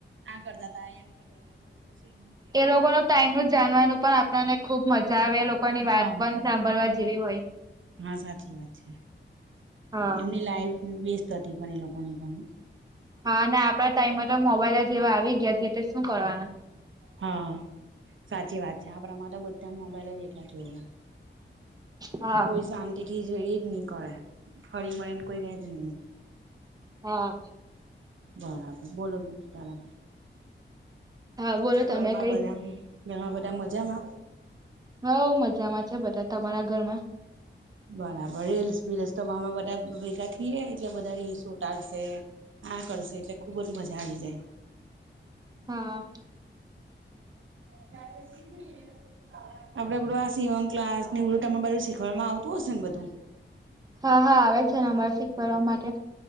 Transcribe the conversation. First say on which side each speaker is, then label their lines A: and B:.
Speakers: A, on the right (about 85°); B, on the right (about 20°).
A: આ કરતા તા એમ. કરતા હતા બધું પછી એમનું કે
B: એ લોકોના ટાઈમનું જાણવાનું પણ આપણને ખુબ મજા આવે. એ લોકોની
A: હા
B: વાત પણ. સાંભળવા જેવી હોય.
A: હા સાચી વાત છે.
B: હા
A: એમની લાઈફ બેસ્ત હતી પણ એ લોકોની પણ.
B: હા અને આપડા ટાઈમમાં તો મોબાઈલ જેવા આવી ગયા છે તે શું કરવાના.
A: હા સાચી વાત છે. આપણામાં તો બધા મોબાઈલ જ એટલા જોવે.
B: હા
A: કોઈ શાંત એથી જઈ જ નઈ કરે. હરીમરીને કોઈ રેજ નઈ.
B: હા.
A: બરાબર. બોલો બીજું તમે.
B: હા બોલો
A: કેવુ
B: તમે
A: ઘરમાં
B: કઈ
A: બધા? ઘરમાં બધા મજામાં?
B: હોવ મજામાં છે બધા. તમારા ઘરમાં?
A: બરાબર. રીલ્સ બીલ્સ તો અમે બધા ભેગા થઈએ, એટલે બધા રીલ્સ ઉતારશે. આ કરશે, એટલે ખુબજ મજા આવી જાય.
B: હા.
A: <unintelligible> આપડે બધું આ સિવણ ક્લાસ ને, એવું બધું તમારે બાજુ શીખવાડવામાં આવતું હશે ને બધું.
B: હા, હા, આવે જ છે ને, અમારે શીખવાડવા માટે.